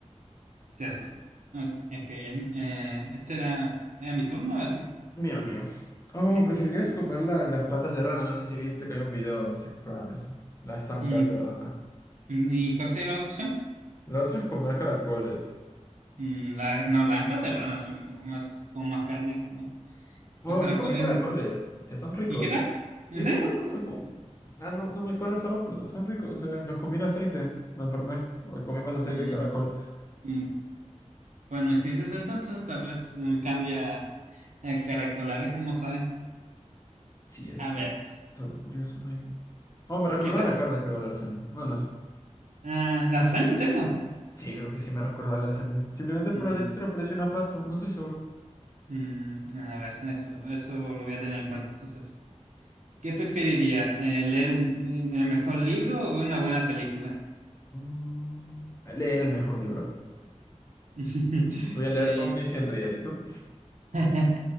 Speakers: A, on the right (about 85°); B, on the left (about 25°).
A: Cierto. Ok, ok, em, eh, este era, era mi turno, era tuyo.
B: Mío, mío. Oh,
A: Ok.
B: preferirías comer la- las patas de rana. No sé si viste que hay un video donde se prueban eso. Las zancas
A: Mm,
B: de rana.
A: mm, ¿Y cuál sería la otra opción?
B: La otra es comer caracoles.
A: Mm, La, no, la anca de rana suena como más, como más carne, como
B: Bueno,
A: las caracoles.
B: yo comí caracoles. eh, son ricos.
A: ¿Y qué tal? ¿En
B: Sí,
A: serio?
B: son ricos, son como... Ah, no, no me acuerdo el sabor, pero son ricos. eh, los comí en aceite. Me enfermé. porque comí más aceite
A: Mm,
B: de caracol.
A: mm, Bueno, y si dices eso, entonces tal vez eh, cambia el caracol, a ver cómo sabe.
B: Sí, es,
A: A ver,
B: es sabor curioso, maybe. Oh, me recordaba
A: ¿qué prefieres?
B: la carne, creo, la lasaña. No, no sé.
A: Ah, ¿lasaña? ¿En serio?
B: Sí, creo que sí me recordaba la lasaña. Simplemente por
A: Mm,
B: la textura parece una pasta. No estoy seguro.
A: mm, a ver, eso, eso lo voy a tener en cuenta entonces. ¿Qué preferirías? eh, ¿leer un, un mejor libro o ver una buena película?
B: Mm, leer el mejor libro.
A: <laughs>
B: Voy a
A: Sí.
B: leer Omniscient Reader. ¿Y tú?
A: <laughs>